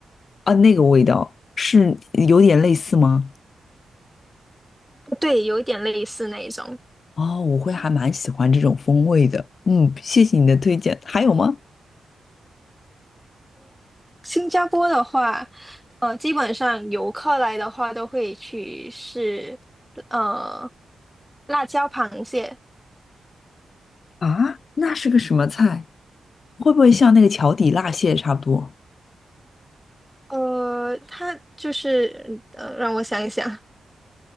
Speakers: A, on the left (about 60°); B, in the centre.
A: 啊，那个味道是有点类似吗？
B: 对，有一点类似那一种。
A: 哦，我会还蛮喜欢这种风味的。嗯，谢谢你的推荐。还有吗？
B: 新加坡的话，呃，基本上游客来的话都会去试，呃，辣椒螃蟹。
A: 啊，那是个什么菜？会不会像那个桥底辣蟹差不多？
B: 呃，它就是呃，让我想一想，